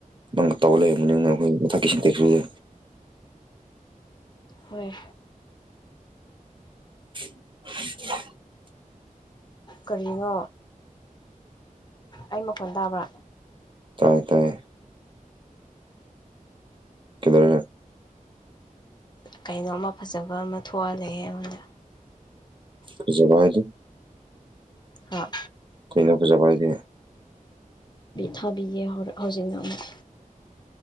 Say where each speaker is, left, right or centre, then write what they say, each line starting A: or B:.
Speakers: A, on the right (about 35°); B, on the left (about 30°).
A: ꯅꯪ ꯇꯧ ꯂꯩꯅꯤ ꯑꯩꯈꯣꯏꯊꯀꯤꯁꯤꯡ ꯇꯦꯛꯗ
B: ꯍꯣꯏ
A: <unintelligible>
B: ꯀꯔꯤꯅꯣ ꯑꯩ ꯃꯈꯣꯟ ꯇꯥꯕ꯭ꯔꯥ
A: ꯇꯥꯏꯌꯦ ꯇꯥꯏꯌꯦ ꯀꯂꯔꯦ
B: ꯀꯩꯅꯣꯝꯃ ꯐꯖꯕ ꯑꯃ ꯊꯣꯛꯍꯜꯂꯦ ꯑꯩꯉꯣꯟꯗ
A: ꯀꯁꯨꯄꯥꯏ ꯑꯗꯨ
B: ꯍꯥ
A: ꯊꯩꯅ ꯄꯁꯨ ꯐꯥꯏꯗꯤꯦ
B: ꯊꯥꯕꯤꯌꯦꯦ ꯍꯧꯖꯤꯛꯅ ꯑꯃꯨꯛ